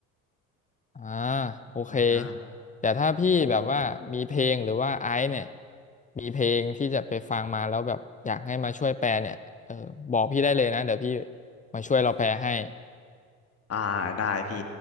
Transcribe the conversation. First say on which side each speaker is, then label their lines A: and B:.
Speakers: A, on the left; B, on the left.
A: อ่าโอเค
B: อ่า
A: แต่ถ้าพี่แบบว่ามีเพลงหรือว่าไอ้เนี่ย
B: โห
A: มีเพลงที่จะไปฟังมาแล้วแบบอยากให้มาช่วยแปลเนี่ยเออบอกพี่ได้เลยนะเดี๋ยวพี่มาช่วยเราแปลให้
B: อ่าได้พี่